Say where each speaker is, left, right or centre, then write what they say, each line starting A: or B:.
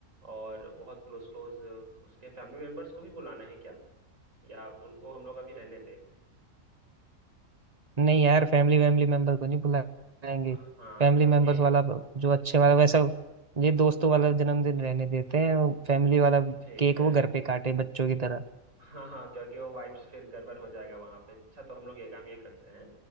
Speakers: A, on the right (about 70°); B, on the right (about 30°).
A: और बहुत क्लोज क्लोज उसके फैमिली मेंबर्स को भी बुलाना है क्या या उनको हम लोग अभी रहने दें
B: नहीं यार फैमिली वैमिली मेंबर को नहीं बुलाएंगे
A: हाँ
B: फैमिली
A: क्योंकि
B: मेंबर्स वाला ब- जो अच्छे वाला वैसा ये दोस्तों वाला जन्मदिन रहने देते हैं फैमिली वाला
A: ठीक
B: केक
A: है
B: वो घर पे काटे बच्चों की तरह
A: हाँ हाँ क्योंकि वो वाइब्स फिर गड़बड़ हो जाएगा वहां पे अच्छा तो हम लोग ये काम ये करते हैं